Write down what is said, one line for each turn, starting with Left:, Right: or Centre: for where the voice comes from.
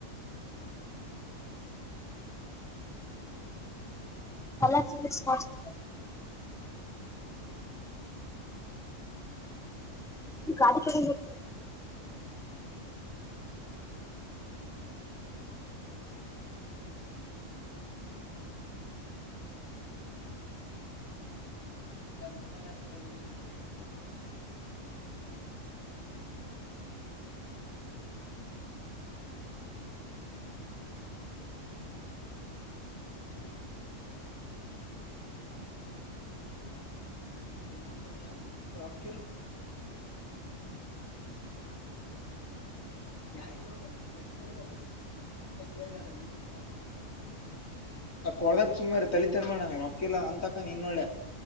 Centre: <unintelligible> <unintelligible> <unintelligible> <unintelligible> ಗಾಡಿ ತಗೊಂಡ್ ಹೋದ್ ಸರ್
Left: ಮೊಬೈಲ್ ಯಾಕ್ ತಗೊಂಡಿ ನೀನು <unintelligible> ತರ್ಬೇಕು ಯಾರ ಕೊಡ್ಬೇಕು ಎಷ್ಟ ಕೊಡ್ಬೇಕು ಅಂತ ಕೇಳಿದಳ ನಿನ್ನೆ ಆ ಕೊಡದದ ಸುಮಾರ ತಲಿ ತಿನ್ ಬ್ಯಾಡಣ ರೊಕ್ಕಿಲ್ಲ ಅಂತಕ ನೀನ್ನೋಳೆ